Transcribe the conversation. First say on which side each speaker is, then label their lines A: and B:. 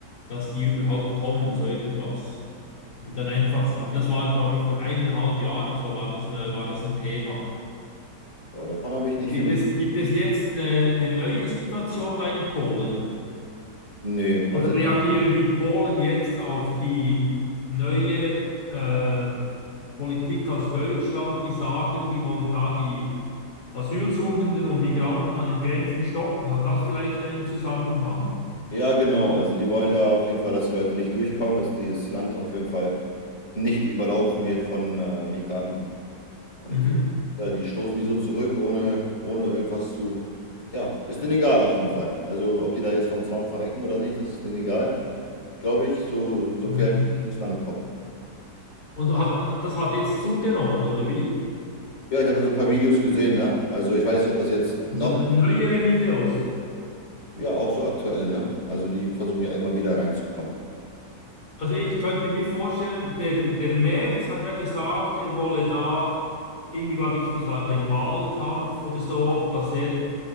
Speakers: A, on the left; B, on the left.
A: dass die überhaupt kommen, so irgendwas. Und dann einfach, aber das war glaube ich vor eineinhalb Jahren, so war das, äh, war das ein Thema.
B: Oh, davon habe ich nicht
A: Gibt
B: viel
A: es, gibt es jetzt eine, eine neue Situation da in Polen?
B: Nee,
A: Oder
B: also
A: reagieren die Polen jetzt auf die neue äh, Politik aus Deutschland, die sagen, die wollen da die Asylsuchenden und Migranten an den Grenzen stoppen? Hat das vielleicht einen Zusammenhang?
B: ja, genau. Also die wollen da auf jeden Fall, dass die Leute nicht durchkommen, dass dieses Land auf jeden Fall nicht überlaufen wird von äh, Migranten. Und
A: Mhm.
B: äh, ja, die stoßen die so zurück, ohne, ohne irgendwas zu. Ja, ist denen egal auf jeden Fall. Also ob die da jetzt vom Zaun verrecken oder nicht, das ist denen egal, glaube ich, so, sofern
A: Mhm.
B: die nicht ins Land kommen.
A: Und hat, das hat jetzt zugenommen, oder wie?
B: Ja, ich habe da so ein paar Videos gesehen, ne? Also ich weiß nicht, ob das jetzt noch,
A: Also n- neuere Videos.
B: ja, auch so aktuelle, ne? Also die versuchen ja immer wieder reinzukommen.
A: Also ich könnte mir vorstellen, der, der Merz hat ja gesagt, er wolle da irgendwie, glaube ich, das war im Wahlkampf oder so, dass er